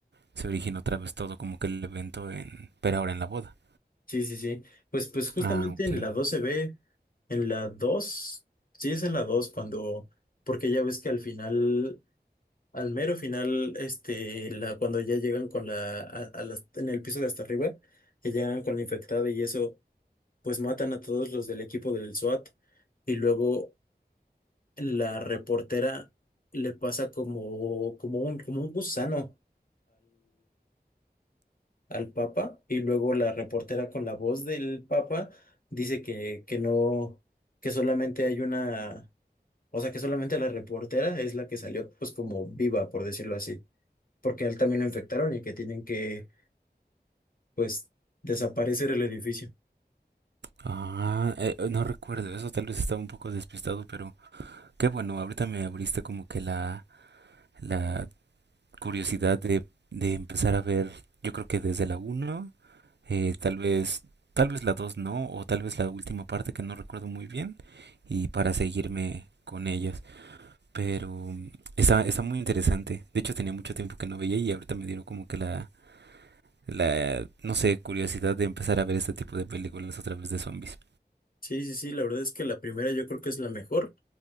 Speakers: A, on the right; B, on the left.
A: se originó otra vez todo como que el evento en, pero ahora en la boda.
B: Sí, sí, sí. Pues, pues justamente
A: Ah, ok.
B: en la 2 se ve, en la 2, sí es en la 2 cuando, porque ya ves que al final, al mero final, este, la, cuando ya llegan con la, a, a las- en el piso de hasta arriba, que llegan con la infectada y eso, pues matan a todos los del equipo del SWAT y luego la reportera le pasa como, como un, como un gusano al Papa y luego la reportera con la voz del Papa dice que, que no, que solamente hay una, o sea, que solamente la reportera es la que salió pues como viva, por decirlo así, porque a él también lo infectaron
A: Ujú.
B: y que tienen que pues desaparecer el edificio.
A: Ah, eh, no recuerdo eso, tal vez estaba un poco despistado, pero Qué bueno, ahorita me abriste como que la, la curiosidad de, de empezar a ver, yo creo que desde la uno eh, tal vez, tal vez la 2 no, o tal vez la última parte que no recuerdo muy bien, y para seguirme con ellas. Pero mm, está, está muy interesante. De hecho, tenía mucho tiempo que no veía y ahorita me dieron como que la, la, no sé, curiosidad de empezar a ver este tipo de películas otra vez de zombies.
B: Sí, sí, sí, la verdad es que la primera yo creo que es la mejor